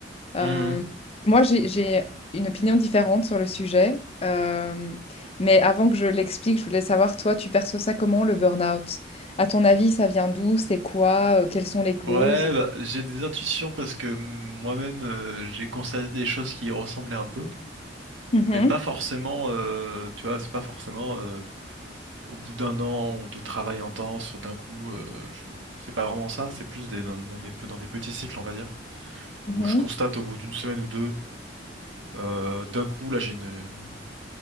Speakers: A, on the left; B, on the right.
A: Euh,
B: hmm.
A: moi, j'ai, j'ai une opinion différente sur le sujet, euh, mais avant que je l'explique, je voulais savoir, toi, tu perçois ça comment, le burn-out? À ton avis, ça vient d'où? C'est quoi? Euh, Quelles sont les causes?
B: Ouais, bah, j'ai des intuitions parce que moi-même euh, j'ai constaté des choses qui y ressemblaient un peu,
A: Mhm,
B: mais pas forcément, euh, tu vois, c'est pas forcément euh, au bout d'un an ou de travail intense, d'un coup, euh, je... c'est pas vraiment ça, c'est plus des, dans, dans des, pe- dans des petits cycles, on va dire,
A: Mhm,
B: où je constate au bout d'une semaine ou deux, euh, d'un coup, là j'ai une, une